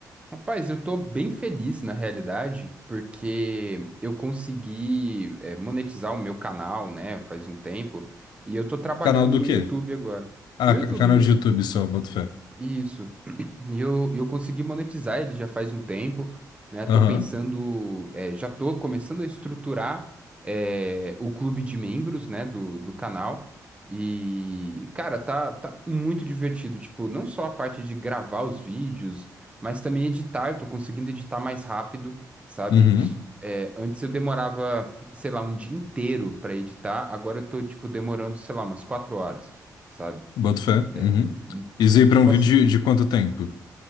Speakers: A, on the right (about 15°); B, on the left (about 85°).
A: Rapaz, eu tô bem feliz na realidade, porque eu consegui eh, monetizar o meu canal, né, faz um tempo, e eu tô trabalhando
B: Canal do
A: no
B: quê?
A: YouTube agora.
B: Ah,
A: No YouTube
B: ca- canal
A: mesmo.
B: de YouTube só, boto fé.
A: Isso. <clears throat> E eu, e eu consegui monetizar ele já faz um tempo, né? Tô
B: Aham,
A: pensando, é, já tô começando a estruturar, é, o clube de membros, né, do, do canal. E, cara, tá, tá muito divertido. Tipo, não só a parte de gravar os vídeos, mas também editar. Eu tô conseguindo editar mais rápido, sabe?
B: uhum,
A: É, antes eu demorava, sei lá, um dia inteiro pra editar. Agora eu tô, tipo, demorando, sei lá, umas quatro horas, sabe?
B: boto fé,
A: É,
B: uhum.
A: e,
B: Isso
A: e,
B: aí pra
A: tipo
B: um vídeo
A: assim,
B: de, de quanto tempo?